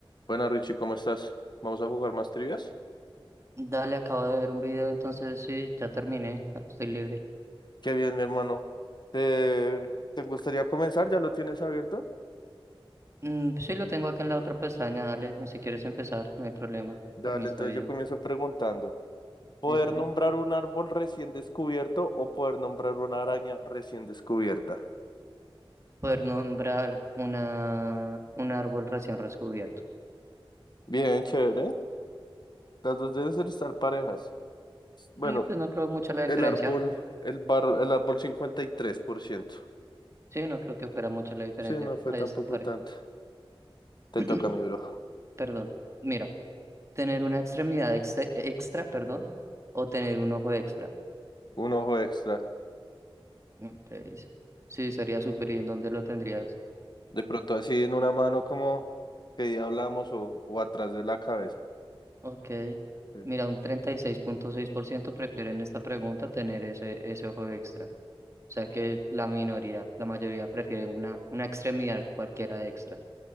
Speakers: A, on the left (about 50°); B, on the right (about 30°).
A: Buenas, Richie, ¿cómo estás? ¿Vamos a jugar más trivias?
B: Dale, acabo de ver un video, entonces sí, ya terminé, ya estoy libre.
A: Qué bien, mi hermano. ¿Te, te gustaría comenzar? ¿Ya lo tienes abierto?
B: Mm, sí, lo tengo acá en la otra pestaña, dale, si quieres empezar, no hay problema,
A: Dale,
B: por mí está
A: entonces
B: bien.
A: yo comienzo preguntando. ¿Poder
B: Listo.
A: nombrar un árbol recién descubierto o poder nombrar una araña recién descubierta?
B: Poder nombrar una, un árbol recién descubierto.
A: Bien, chévere. Las dos deben estar parejas. Bueno,
B: Sí, pues no creo mucha la diferencia.
A: el árbol, el bar, el árbol 53%.
B: Sí, no creo que fuera mucha la diferencia.
A: Sí, no fue
B: Ahí
A: tampoco
B: está, pare.
A: tanto. Te
B: <clears throat>
A: toca, mi bro.
B: Perdón. Mira, tener una extremidad extra, extra, perdón, o tener un ojo extra.
A: Un ojo extra.
B: Ok, Sí, sería súper. ¿Y en dónde lo tendrías?
A: De pronto así en una mano como que día hablamos o, o atrás de la cabeza.
B: Ok.
A: Sí.
B: Mira, un treinta y seis seis punto seis por ciento prefieren en esta pregunta tener ese, ese ojo extra. O sea que la minoría, la mayoría prefiere una, una extremidad cualquiera extra.